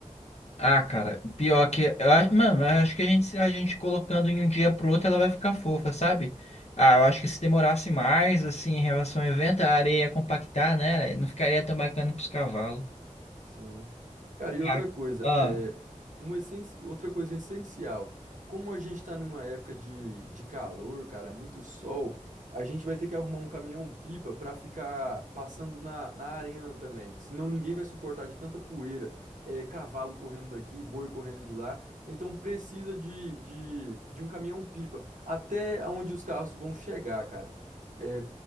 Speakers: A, on the left; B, on the right.
A: Ah, cara, pior que. Eu, acho- mano, eu acho que a gente, a gente colocando em um dia pro outro, ela vai ficar fofa, sabe? Ah, eu acho que se demorasse mais, assim, em relação ao evento, a areia ia compactar, né? né? Não ficaria tão bacana pros cavalos.
B: Sim. Cara, e outra
A: Ah,
B: coisa,
A: ah.
B: é um essenci... outra coisa essencial. Como a gente tá numa época de, de calor, cara, muito sol, a gente vai ter que arrumar um caminhão-pipa pra ficar passando na, na arena também. Senão ninguém vai suportar de tanta poeira, é, cavalo correndo daqui, boi correndo de lá. Então precisa de, de, de um caminhão-pipa até onde os carros vão chegar, cara. É,